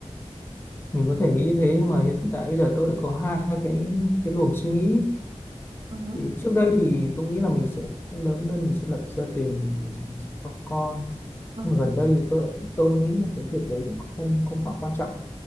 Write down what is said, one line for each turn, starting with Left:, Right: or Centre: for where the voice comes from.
Left: mình có thể nghĩ như thế nhưng mà hiện tại bây giờ tôi lại có hai cái cái luồng suy nghĩ
Right: Ừ, hứ,
Left: thì trước đây thì tôi nghĩ là mình sẽ lớn lên mình sẽ lập gia đình mình sẽ, mình sẽ có con
Right: ừ.
Left: nhưng
Right: hứ.
Left: mà gần đây thì tôi lại tôi nghĩ là cái việc đấy cũng không không quá quan trọng